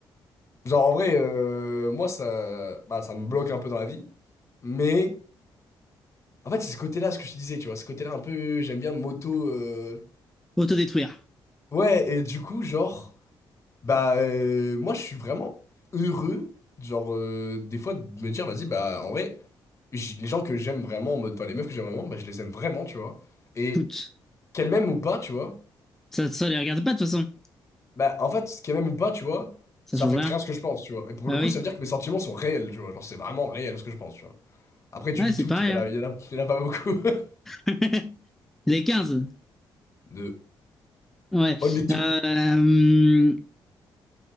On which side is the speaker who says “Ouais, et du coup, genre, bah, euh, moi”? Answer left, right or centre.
Left